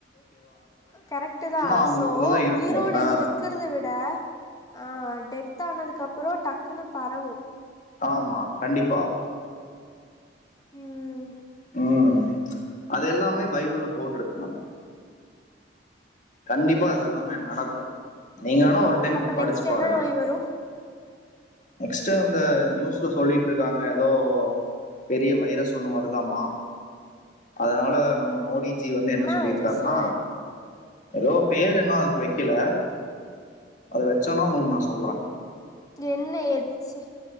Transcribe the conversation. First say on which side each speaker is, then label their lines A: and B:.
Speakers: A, on the left (about 20°); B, on the left (about 45°).
A: கரெக்ட் தான்
B: அவங்களுக்குள்ளதான்
A: சோ
B: இருக்கும்
A: உயிரோட
B: ஆஹ்
A: இருக்கிறத விட ஆஹ் டெத்த ஆனது அதுக்கப்புறம் டக்குன்னு பரவும்
B: ஆமா கண்டிப்பா
A: உம்
B: ம் அது எல்லாமே பைபிள்ல போட்டிருக்கு மேம் கண்டிப்பா
A: ஓ
B: அதெல்லாமே நடக்கும்
A: ம்
B: நீங்க வேனா ஒரு டைம்
A: அப்ப
B: படிச்சு
A: நெக்ஸ்ட்
B: பாருங்க
A: என்ன நோய் வரு
B: நெக்ஸ்ட் இந்த நியூஸ்ல சொல்லிட்டு இருக்காங்க ஏதோ பெரிய வைரஸ் ஒன்னு வருதாமா அதனால நம்ம மோடி ஜி வந்து என்ன
A: என்னா
B: சொல்லியிருக்காருனா
A: வைரஸு
B: ஏதோ பேர் இன்னும் அதுக்கு வைக்கல அது வெச்சயின்னே உங்களுக்கு நான் சொல்றன்
A: என்ன எச்சி